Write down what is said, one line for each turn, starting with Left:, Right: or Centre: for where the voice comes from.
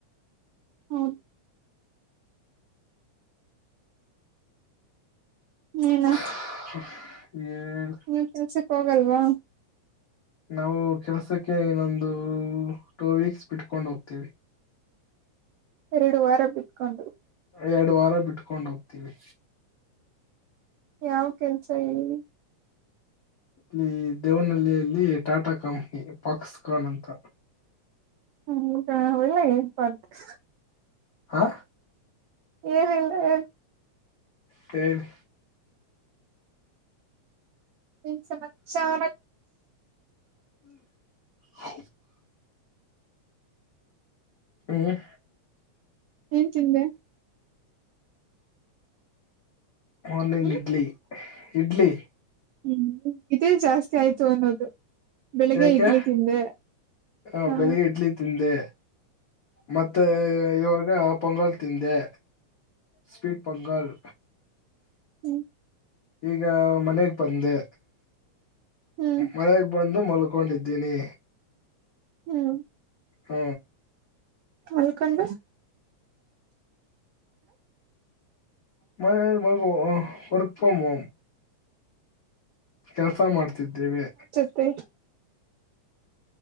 Right: ಹೌದು ಏನು?
Left: ಈ <inaudible>
Right: ನೀವು ಕೆಲ್ಸಕ್ ಹೋಗಲ್ವಾ?
Left: ನಾವು ಕೆಲ್ಸಕ್ಕೆ ಇನ್ನೊಂದು ಟೂ ವೀಕ್ಸ್ ಬಿಟ್ಕೊಂಡ ಹೋಗ್ತೀವಿ.
Right: ಎರಡು ವಾರ ಬಿಟ್ಕೊಂಡು.
Left: ಎರಡು ವಾರ ಬಿಟ್ಕೊಂಡ್ ಹೋಗ್ತೀವಿ.
Right: ಯಾವ್ ಕೆಲ್ಸ ಹೇಳಿ
Left: ಇಲ್ಲಿ ದೇವನಹಳ್ಳಿಯಲ್ಲಿ ಟಾಟಾ ಕಂಪ್ನಿ ಪಾಕ್ಸ್ಖಾನ್ ಅಂತ.
Right: ಹೌದಾ ಒಳ್ಳೆ. <unintelligible>
Left: ಹಾ
Right: ಏನಿಲ್ಲ ಹೇಳಿ.
Left: ಹೇಳಿ
Right: ಏನ್ ಸಮಾಚಾರ?
Left: ಹ <inaudible> ಹ್ಮ
Right: ಏನ್ ತಿಂದ್ರಿ?
Left: ಮಾರ್ನಿಂಗ್
Right: ಹ್ಮ್
Left: ಇಡ್ಲಿ? ಇಡ್ಲಿ.
Right: ಹ್ಮ್ ಇದೇ ಜಾಸ್ತಿ ಆಯ್ತು ಅನ್ನೋದು. ಬೆಳಿಗ್ಗೆ
Left: ಯಾಕೆ
Right: ಇಡ್ಲಿ ತಿಂದೆ
Left: ಆ,
Right: ಹಾ.
Left: ಬೆಳಿಗ್ಗೆ ಇಡ್ಲಿ ತಿಂದೆ. ಮತ್ತೆ ಇವಾಗ ಪೊಂಗಲ್ ತಿಂದೆ ಸ್ವೀಟ್ ಪೊಂಗಲ್.
Right: ಹ್ಮ್
Left: ಈಗ ಮನೆಗ್ ಬಂದೆ
Right: ಹ್ಮ್
Left: ಮನೆಗ್. ಬಂದು ಮಲ್ಕೊಂಡಿದ್ದೀನಿ.
Right: ಹ್ಮ್
Left: ಹ್ಮ
Right: ಮಲ್ಕಂಡು
Left: ಮ ವರ್ಕ್ ಫ್ರಮ್ ಹೋಮ್ ಕೆಲಸ ಮಾಡ್ತಿದ್ದೇವೆ.
Right: ಸ <unintelligible>